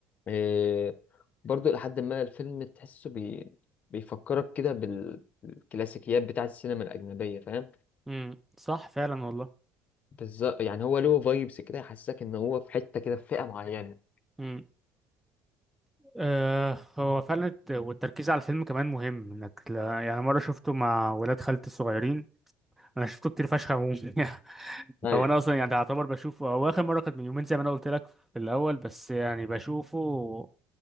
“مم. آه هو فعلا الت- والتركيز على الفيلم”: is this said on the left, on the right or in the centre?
Centre